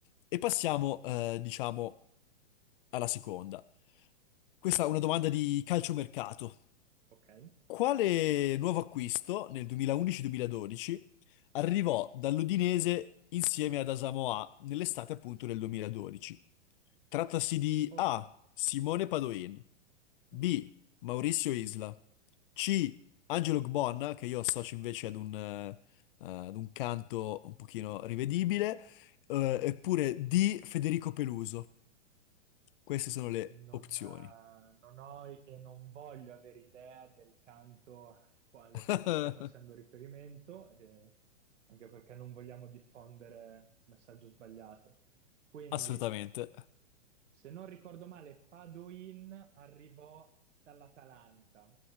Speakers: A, on the left; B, on the right.
A: E passiamo, eh, diciamo, alla seconda. Questa è una domanda di calciomercato.
B: Ok,
A: Quale nuovo acquisto nel 2011-2012 arrivò dall'Udinese insieme ad Asamoah nell'estate appunto del 2012? Trattasi di
B: Ok.
A: A. Simone Padoin, B.
B: Mm.
A: Maurizio Isla, C. Angelo Gbon, che io associo invece ad un, eh, ad un canto un pochino rivedibile, eh, eppure D. Federico Peluso. Queste sono le
B: Non,
A: opzioni.
B: eh, non ho e non voglio avere idea del canto al quale
A: <laughs>
B: tu stia facendo riferimento, eh, anche perché non vogliamo diffondere messaggio sbagliato. Quindi,
A: Assolutamente.
B: Se non ricordo male, Padoin arrivò dall'Atalanta